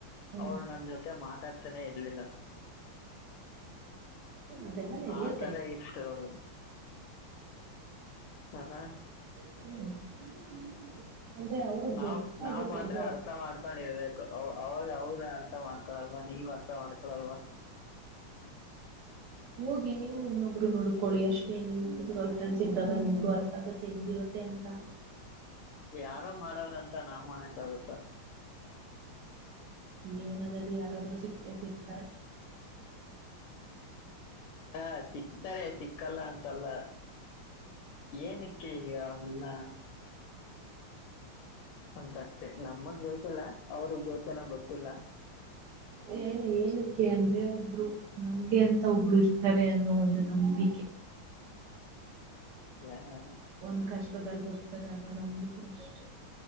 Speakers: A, on the right; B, on the left.
A: ಹ್ಞೂ
B: ಅವ್ಳು ನನ್ ಜೊತೆ ಮಾತಾಡ್ತಾನೇ ಇರ್ಲಿಲ್ಲ.
A: ಅದೆಲ್ಲ ನಡೆಯುತ್ತೆ
B: ಅ ತರ ಇತ್ತು ಅವ್ಳು, ಹಾ.
A: <inaudible> ಅವ್ರಗ್
B: ನಾವ್
A: ಗೊತ್ತಾಗುತ್ತೆ
B: ನಾವ್ ಮಾತ್ರ
A: ಈಗ
B: ಅರ್ಥ ಮಾಡ್ಕೊಂಡ್ ಇರ್ಬೆಕ್. ಅವ್ ಅವಾಗ ಅವ್ರು ಅರ್ಥ ಮಾಡ್ಕೊಳಲ್ವಾ, ನೀವ್ ಅರ್ಥ ಮಾಡ್ಕೊಳಲ್ವಾ. <inaudible>
A: ಹೋಗಿ ನೀವು ಇನ್ನೊಬ್ರುನುಡ್ಕೊಳ್ಳಿ ಅಷ್ಟೇ ನಿಮ್ಸ ಗರ್ಲ್ ಫ್ರೆಂಡ್ಸ್ ಸಿಕ್ಕ್ದಾಗ ನಿಮ್ಗು ಅರ್ಥ ಆಗುತ್ತೆ, ಹೆಂಗಿರುತ್ತೆ ಅಂತ
B: ಯಾರೋ ಮಾಡವ್ರಂತ ನಾವ್ ಮಾಡಕ್ ಆಗುತ್ತಾ.
A: ಜೀವನದಲ್ಲಿ ಯಾರಾದ್ರು ಸಿಕ್ಕೇ ಸಿಗ್ತಾರೆ.
B: ಹಾ ಸಿಕ್ತಾರೆ ಸಿಕ್ಕಲ್ಲ ಅಂತಲ್ಲ. ಏನಿಕ್ಕೆ ಈಗ ಅವೆಲ್ಲ. ಅಂತ ಅಷ್ಟೇ ನಮಗ್ ಬೇಕಿಲ್ಲ ಅವ್ರಗ್ ಬೆಕ್ಯನೋ ಗೊತ್ತಿಲ್ಲ.
A: ಹೇ. ಏನಕ್ಕೆ ಅಂದ್ರೆ ಒಬ್ರು ನಮ್ಗೆ ಅಂತ ಒಬ್ರು ಇರ್ತಾರೆ ಅನ್ನೋ ಒಂದು ನಂಬಿಕೆ.
B: ಹ.
A: ಒನ್ ಕಷ್ಟದಲ್ಲಿ ಬರ್ತಾರೆ ಅನ್ನೋ ನಂಬಿಕೆ ಅಷ್ಟೆ.